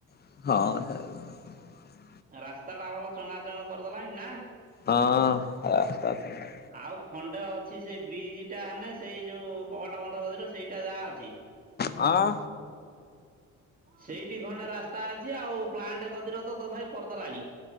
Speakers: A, on the left; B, on the right.
A: ହଁ।
B: ରାସ୍ତା ଟା ଭଲ ଚଙ୍ଗାଚଙ୍ଗ କରିଦେଲାଣି ନା।
A: ହଁ ତା ସାଙ୍ଗରେ
B: ଆଉ ଖଣ୍ଡେ ଅଛି। ସେଇ ବ୍ରିଜ ଟା ହେଲେ ସେଇ ଯୋଉ କବାଟ ବନ୍ଧ ଗଦରେ ସେଇ ଟା ଯାହା ଅଛି।
A: ହଁ
B: ସେଇଠି ଖଣ୍ଡେ ରାସ୍ତା ଅଛି। ଆଉ ପ୍ଲାଣ୍ଟ ଗଦିର ତ ତଥାପି କରିଦେଲାଣି।